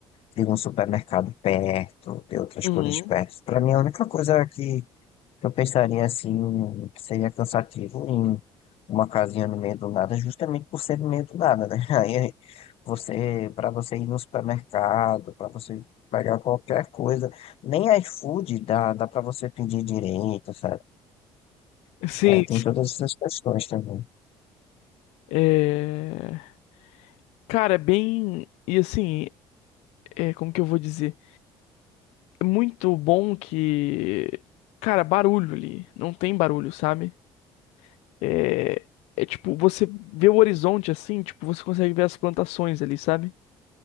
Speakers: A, on the left (about 65°); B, on the left (about 80°).
A: Tem um supermercado perto, tem outras
B: Uhum.
A: coisas perto. Para mim, a única coisa que eu pensaria assim, que seria cansativo em uma casinha no meio do nada, justamente por ser no meio do nada, né? <laughs> Aí você, para você ir no supermercado, para você pegar qualquer coisa, nem iFood dá, dá para você pedir direito, sabe?
B: Sim.
A: É, tem todas essas questões também.
B: É... Cara, é bem. E assim. é, como que eu vou dizer? É muito bom que, cara, barulho ali, não tem barulho, sabe? É, é tipo, você vê o horizonte assim, tipo, você consegue ver as plantações ali, sabe?